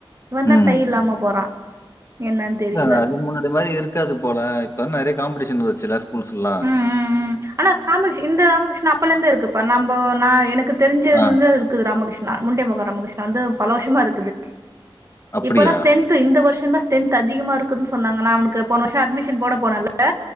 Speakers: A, on the right; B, on the left.
A: இவ தா
B: ம்.
A: டைய் இல்லாம போறா என்னன்னு தெரியல
B: இது அத அதுக்கு முன்னாடி மாரி இருக்காது போல இப்ப நெறைய காம்படிஷன் வச்சுல ஸ்கூல்ஸ்ல்லா
A: ம் ம் ம் ஆனா ராமஸ் இந்த ராமகிருஷ்ணா அப்பல இருந்து இருக்குப்ப நம்போ நா எனக்கு தெரிஞ்சதுல
B: ஆ
A: இருந்து அது இருக்கு குது ராமகிருஷ்ணா முண்டிய முக ராமகிருஷ்ணா வந்து பல வர்ஷமா இருக்குது
B: அப்படியா?
A: இப்பதா ஸ்டென்த் இந்த வர்ஷோந்தா ஸ்டென்து அதிக இருக்குதுன்ன சொன்னாங்க நா அவக்கு போன வர்ஷோ அட்மிஷன் போட போனல் ல